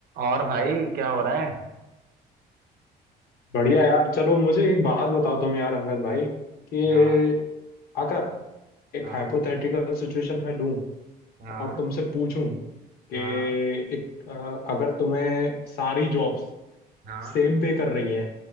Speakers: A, on the right; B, on the left.
A: और भाई क्या हो रहा है
B: बढ़िया यार चलो मुझे एक बात बताओ तुम यार अंगद भाई कि
A: हाँ
B: अगर एक
A: हाँ
B: हाइपोथेटिकल सिचुएशन में लूं
A: हाँ
B: और तुमसे पूछूं
A: हाँ
B: कि एक अ, अगर तुम्हें सारी जॉब्स
A: हाँ
B: सेम पे कर रही हैं